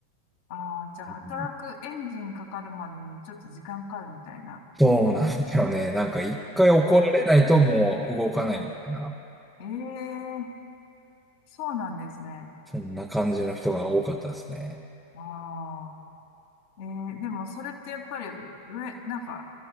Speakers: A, on the left; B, in the centre.
A: ああ、じゃあ、
B: うん
A: 働くエンジンかかるまでにちょっと時間かかるみたいな。
B: そうなんだよね。なんか一回怒られないともう動かないみたいな、
A: ああ、はい。ええ、そうなんですね。
B: そんな感じの人が多かったですね。
A: ああ、えー、でもそれってやっぱり上、なんか、